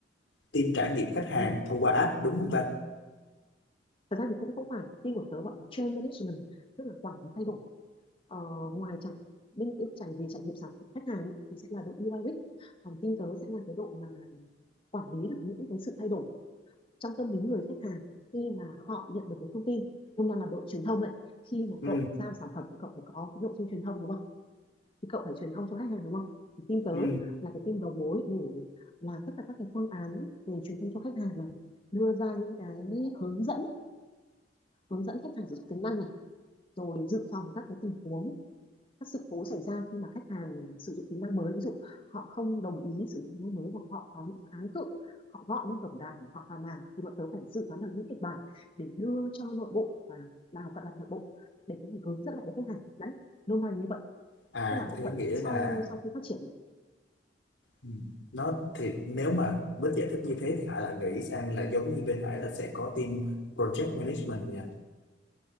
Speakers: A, on the left (about 85°); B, on the left (about 30°).
A: team trải nghiệm khách hàng
B: Ừ.
A: thông qua app đúng không ta
B: thật ra thì cũng không phải team của tớ gọi là change management tức là quản lý thay đổi ờ, ngoài trải bên bên trải về trải nghiệm sản khách hàng ý, thì sẽ là đội UI UX còn team tớ sẽ là cái đội mà quản lý được những cái sự thay đổi trong tâm lý người khách hàng khi mà họ nhận được một thông tin đồng đoàn là đội truyền thông đấy khi mà
A: ừ
B: cậu giao sản phẩm thì cậu phải có cái nội dung truyền thông đúng không thì cậu phải truyền thông cho khách hàng đúng không thì team tớ
A: ừ
B: là cái team đầu mối để làm tất cả các cái phương án về truyền thông cho khách hàng này đưa ra những cái hướng dẫn hướng dẫn khách hàng sử dụng tính năng này rồi dự phòng các cái tình huống các sự cố xảy ra khi mà khách hàng sử dụng tính năng mới ví dụ họ không đồng ý sử dụng tính năng mới hoặc họ có những kháng cự họ gọi lên tổng đài họ phàn nàn thì bọn tớ phải dự đoán được những kịch bản để đưa cho nội bộ và đào tạo lại nội bộ để có thể hướng dẫn lại với khách hàng đấy nôm na như vậy
A: à
B: tức là bộ
A: thế
B: phận
A: nghĩa
B: sau
A: là
B: sau khi phát triển
A: ừ, nó thì nếu mà với giải thích như thế thì Hải lại nghĩ sang là giống như bên Hải là sẽ có team project management nha